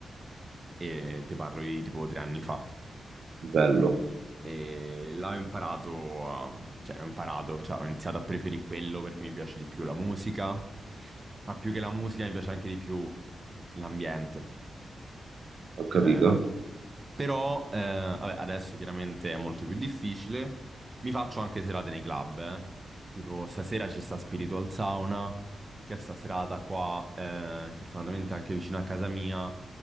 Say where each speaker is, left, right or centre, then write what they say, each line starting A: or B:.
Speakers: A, on the right (about 30°); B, on the right (about 70°).
A: e ti parlo di tipo tre anni fa.
B: Bello,
A: E là ho imparato, a- cioè ho imparato, cioè ho iniziato a preferire quello perché mi piace di più la musica, ma più che la musica mi piace anche di più l'ambiente.
B: ho capito.
A: Cioè, però eh, vabbè, adesso chiaramente è molto più difficile. Mi faccio anche serate nei club, eh. Tipo stasera ci sta Spiritual Sauna, che è sta serata qua, eh, fortunatamente anche vicino a casa mia,